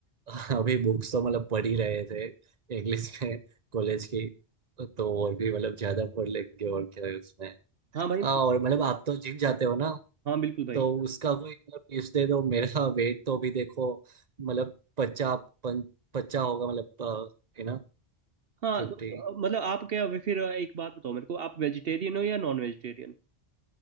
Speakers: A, on the right; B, on the right.
A: <laughs> अभी बुक्स तो मतलब पढ़ ही रहे थे इंग्लिश में कॉलेज की तो और भी मतलब ज्यादा पढ़ लेंगे और क्या है उसमें
B: हाँ भाई
A: हाँ और मतलब आप तो जिम जाते हो ना
B: हाँ बिल्कुल भाई
A: तो उसका कोई मतलब टिप्स दे दो मेरा <laughs> वेट तो अभी देखो मतलब पचास पचास होगा मतलब अ, है ना
B: हाँ
A: फिफ्टी
B: तो अ, मतलब आप क्या वे- फिर एक बात बताओ मेरे को आप वेजिटेरियन हो या नॉन वेजिटेरियन